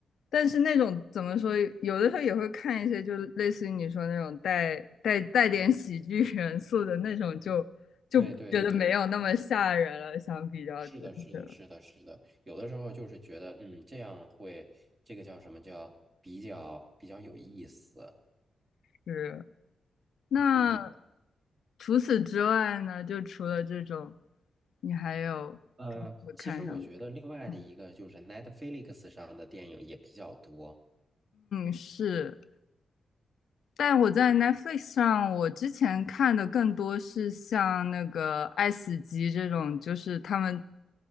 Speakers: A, on the left; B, on the right.
A: 但是那种怎么说，有的时候也会看一些，就类似于你说那种带带带点喜剧元素的那种就，就觉得没有那么吓人了，
B: 对对对，
A: 相比较真的
B: 是的，是的，是的，是的，有的时候就是觉得，嗯，这样会这个叫什么叫比较比较有意思，
A: 是。那
B: 嗯。
A: 除此之外呢，就除了这种，你还有平时会看什么？
B: 呃，其实我觉得另外的一个就是
A: 嗯
B: Netflix 上的电影也比较多，
A: 嗯，是。但我在 Netflix 上，我之前看的更多是像那个《爱死机》这种，就是他们